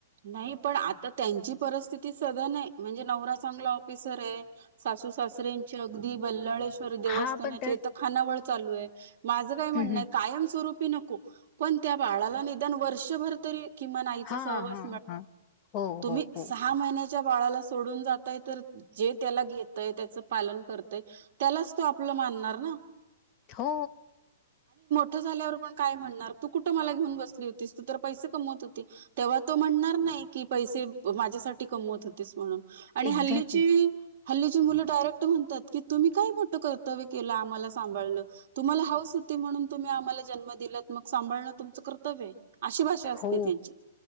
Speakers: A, on the right; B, on the left.
A: नाही पण आता त्यांची परिस्थिती सध नाही म्हणजे नवरा चांगला ऑफिसर आहे सासू सासऱ्यांची अगदी बल्लाळेश्वर देवस्थानाचेथ
B: हा पण त्यात
A: खानावळ चालू आहे माझं काय म्हणणंय
B: हम्म हम्म
A: कायमस्वरूप पनकू पण त्या बाळाला नि वर्षभर तरी किंन आईचा
B: हा
A: सहवाज
B: हा हा हो
A: त
B: हो
A: सहा
B: हो
A: म ळाला सोडून जातय तर जे त्याला घेतय त्याच पालन करतय त्यालाच तो आपलं मानणार ना
B: हो
A: ठ झाल्यावर पण काय म्हण तू कुठ मला घेऊन बसली होतीस तू तर पैसे कमवत होती तेव्हा तो म्हणणार नाही की पैसे माझ्यासाठी कमवत हो म्हणून आणि
B: एक्झॅक्टली
A: हल्लीची हल्लीची मुलं डायरेक्ट म्हणतात की तुम्ही काय मोठं कर्तव्य केलं आम्हाला सांभाळलं तुम्हाला हाऊस होती म्हणून तुम्ही आम्हाला जन्म दिलात मग सांभाळं तुमचं कर्तव्य अशी भाषा असते
B: हो
A: त्यांची